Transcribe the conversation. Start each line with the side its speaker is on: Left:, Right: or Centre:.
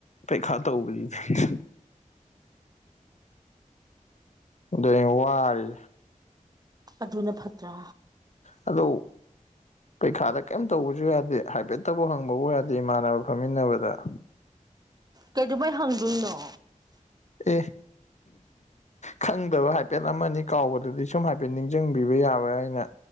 Left: ꯄꯩꯈꯥ ꯇꯧꯕꯁꯤꯗꯤ ꯗꯨꯏ ꯋꯥꯔꯤ
Right: ꯑꯗꯨꯅ ꯐꯠꯇ꯭ꯔꯥ
Left: ꯑꯗꯣ ꯄꯩꯈꯥꯗ ꯀꯩꯝ ꯇꯧꯕꯁꯨ ꯌꯥꯗꯦ ꯍꯥꯏꯐꯦꯠꯇꯕꯨ ꯍꯪꯕꯕꯨ ꯌꯥꯗꯦ ꯏꯃꯥꯟꯅꯕ ꯐꯝꯃꯤꯟꯅꯕꯗ
Right: ꯀꯩꯗꯧꯕꯩ ꯍꯪꯗꯣꯏꯅꯣ
Left: ꯑꯦ ꯈꯪꯗꯕ ꯍꯥꯏꯐꯦꯠ ꯑꯃꯅꯤ ꯀꯥꯎꯕꯗꯗꯤ ꯁꯨꯝ ꯍꯥꯏꯐꯦꯠ ꯅꯤꯡꯁꯤꯡꯕꯤꯕ ꯌꯥꯕ꯭ꯔꯥ ꯑꯩꯅ